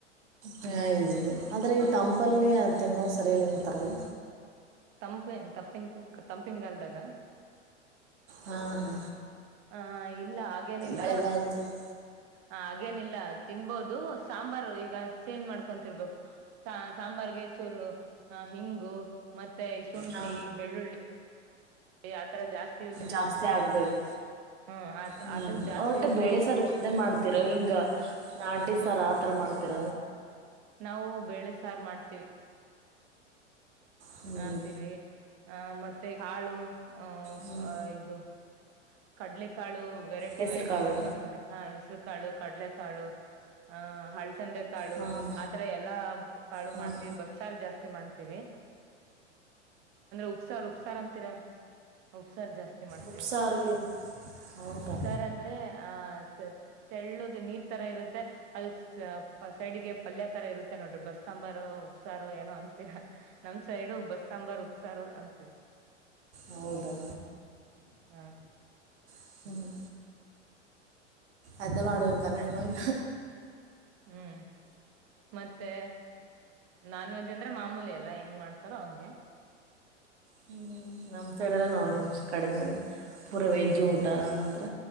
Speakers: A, on the right; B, on the right.
A: ಹದೆ ಆದ್ರೆ ಈ ಟಂಪಲ್ ಇನೋ ಸರಿಯಲ್ಲ ಅಂತಾರಲ್ಲ
B: ತಂಪ ತಪ್ಪಿನ ತಂಪಿನಗಾಲ್ದಾಗ
A: ಹಾ ಹಾ
B: ಹ ಇಲ್ಲ ಹಾಗೇನಿಲ್ಲ
A: ಮಳೆಗಾಲದಲ್ಲಿ
B: ಹಾಗೇನಿಲ್ಲ ಇಲ್ಲ ತಿನ್ಬೋದು ಸಾಂಬಾರು ಈಗ ಚೇಂಜ್ ಮಾಡ್ಕೊಂತರ್ಬೇಕು ಸಾಂಬಾರ್ಗೆ ಚೂರು ಹಿಂಗು ಮ ಶುಂಠಿ
A: ಹಾ
B: ಬೆಳ್ಳುಳ್ಳಿ ಯತ್ರ ಜಾಸ್ತಿ ಯೂಸ್
A: ಜಾಸ್ತಿ ಆಗ್ಬೇಕೇ
B: ಹ್ಮ್ ಅದ್
A: ಹ್ಮ್
B: ಅದನ್ನ ಜಾಸ್ತಿ
A: ಹೊಟ್ಟ
B: ಯೂಸ್
A: ಬೇಳೆ
B: ಮಾಡ್ಕೊಂಡ್ರೆ
A: ಸರ್ ಒಂದೇ ಮಾಡ್ತಿರೋ ಹಿಂಗ ನಾಟಿ ಸಾರ್ ಆತರ ಮಾಡ್ತ ಪತ್ರ
B: ನಾವು ಬೇಳೆ ಸಾರು ಮಾಡ್ತೀವಿ
A: ಹ್ಮ್
B: ಆಂತೀವಿ ಆ ಮತ್ತೆ ಮತ್ತೆ ಕಾಳು
A: ಹ್ಮ್
B: ಹ ಇದು ಕಡ್ಲೆ ಕಾಳು ವೆರೈಟಿ
A: ಹೆಸ್ರು
B: ವೆರೈಟಿ
A: ಕಾಳು
B: ಬರ್ತಾವ ನೋಡ್ರಿ ಹಾ ಹೆಸರು ಕಾಳು ಕಡ್ಲೆ ಕಾಳು ಆ ಹಳ್ಸಂದೆ ಕಾಳು
A: ಹಾಂ
B: ಆತರ ಎಲ್ಲಾ ಕಾಳು
A: ಹಾಂ
B: ಮಾಡ್ತೀವಿ
A: ಹಾಂ
B: ಬಸ್ಸಾರ್ ಜಾಸ್ತಿ ಮಾಡ್ತ ಅಂದ್ರೆ ಉಪ್ಸಾರ್ ಉಪ್ಸಾರ್ ಅಂತೀರ ಉಪ್ಸಾರ್ ಜಾಸ್ತಿ ಮಾಡ್ತೀವಿ
A: ಉಪ್ಸಾರು ಇ- ಹೌದಾ
B: ಉಪ್ಸಾರ ಅಂದ್ರೆ ಆ ಸ ತೆಳ್ಳುಗ್ ನೀರ್ ತರ ಇರುತ್ತೆ ಅದ ಸೈಡ್ ಗೆ ಪಲ್ಯ ತರ ಇರುತ್ತೆ ನೋಡ್ರಿ ಬಸ್ ಸಾಂಬಾರು ಉಪ್ಸಾರು ಏನೋ ಅಂತ <unintelligible> ನಮ್ ಸೈಡು ಬಸ್ ಸಾಂಬಾರ್ ಉಪ್ಸಾರು ಅಂತ
A: ಹೌದಾ
B: ಹ
A: ಹ್ಮ್ ಅ್ದ ಮಾಡಬೇಕ ನ ಇವಾಗ
B: ಹ್ಮ್ ಮತ್ತೆ ಮತ್ತೆ ನಾನ್ ವೆಜ್ ಅಂದ್ರೆ ಮಾಮೂಲಿ ಎಲ್ಲ ಎಲ್ಲ ಹೆಂಗ್ ಮಾಡ್ತಾರ ಹಂಗೆ
A: ಹ್ಮ್ ನಮಂತಲ್ಲ ನಾನ್ ವೆಜ್ ಕಡಿಮೆ ಪೂರಾ ವೆಜ್ ಜೋಡ ಮಾತ್ರ